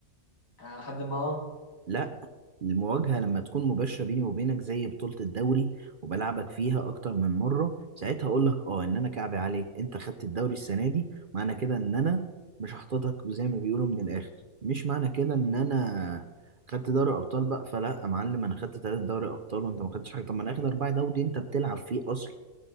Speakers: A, on the left; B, on the right.
A: يعني لحد ما اه
B: لا المواجهة لما تكون مباشرة بيني وبينك زي بطولة الدوري وبلعبك فيها أكتر من مرة ساعتها أقول لك أه إن أنا كعبي عليك أنت خدت الدوري السنة دي معنى كده إن أنا مش هحططك زي ما بيقولوا من الآخر مش معنى كده إن أنا خدت دوري أبطال بقى فلا يا معلم أنا خدت تلات دوري أبطال وأنت ما خدتش حاجة طب ما أنا آخد أربعة دوري أنت بتلعب فيه أصلا